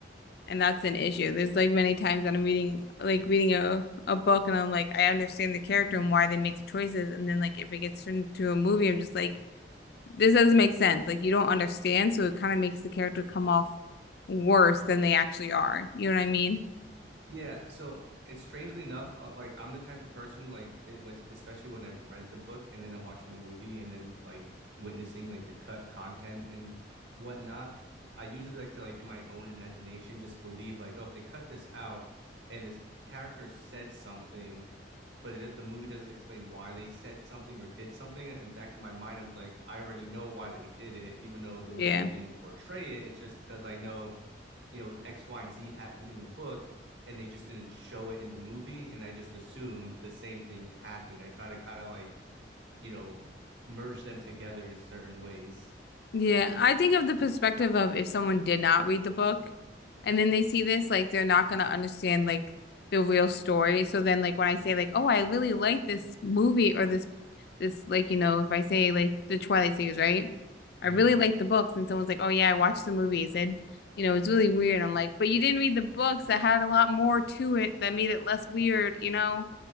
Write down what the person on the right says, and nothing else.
Yeah, so it's strangely enough, uh, like I'm the type of person like it was especially when I've read the book and then I'm watching the movie and then like witnessing like the cut content and whatnot. I usually like to like in my own imagination just believe like oh if they cut this out and this character said something but it, the movie doesn't explain why they said something or did something and back in my mind I'm like I already know why they did it even though the movie
didn't portray it. It's just because I know you know, X, Y, and Z happened in the book and they just didn't show it in the movie. And I just assumed the same thing happened. I try to kind of like, you know, merge them together in certain ways.
hmm